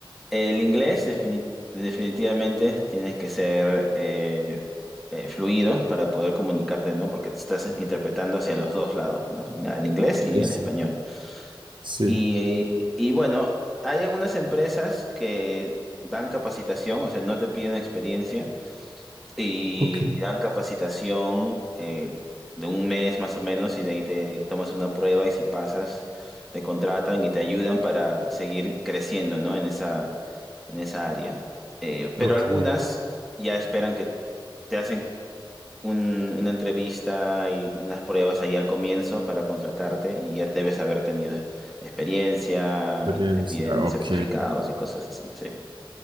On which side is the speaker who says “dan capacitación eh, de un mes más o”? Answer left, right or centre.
Centre